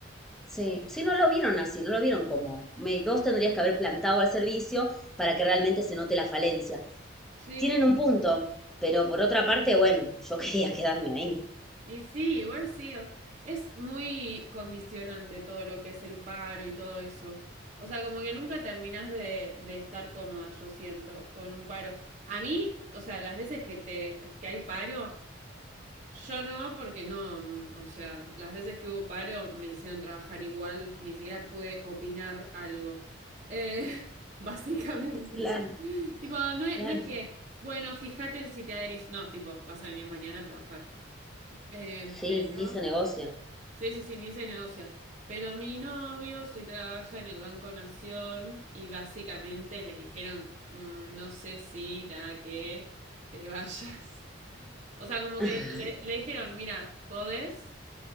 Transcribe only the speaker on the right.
Sí.
Y sí, igual sí. o- Es muy condicionante todo lo que es el paro y todo eso. O sea, como que nunca terminás de, de estar cómoda, yo siento, con un paro. A mí, o sea, las veces que te, que hay paro, Yo no, porque no, mm, o sea, las veces que hubo paro me hicieron trabajar igual, ni siquiera pude opinar algo. Eh, <laughs> básicamente.
Tipo, no es,
no es que, bueno, fíjate si te adherís, no, tipo, vas a venir mañana a trabajar. Eh,
pero...
Sí, sí, sí, ni se negocia. Pero mi novio sí trabaja en el Banco Nación y básicamente le dijeron, "Mm, no sé si da que te vayas. <laughs> O sea, como
que le, le dijeron, mira, podés,